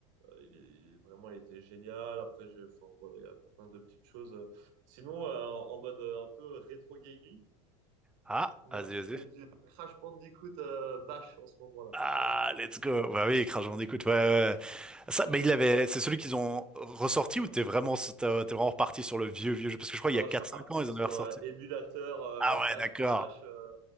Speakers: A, on the right; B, in the centre.
A: il est, il est- vraiment, il était génial. Après, j'ai, enfin, voilà, il y a plein de petites choses. Sinon, euh, en mode euh, un peu rétro gaming,
B: Ah,
A: moi,
B: vas-y,
A: je fais
B: vas-y.
A: du Crash Bandicoot euh, Bash en ce moment-là.
B: Ah, let's go. Bah oui, Crash Bandicoot, ouais, ouais. ouais. Ça,
A: <laughs>
B: mais il l'avait, c'est celui qu'ils ont ressorti ou t'es vraiment, t'es t'es vraiment reparti sur le vieux, vieux jeu? Parce que je crois
A: Non,
B: il y a quatre,
A: je suis reparti
B: cinq ans, ils
A: sur
B: en avaient ressorti.
A: euh, émulateur euh,
B: Ah
A: Dash
B: ouais, d'accord.
A: Bash. euh,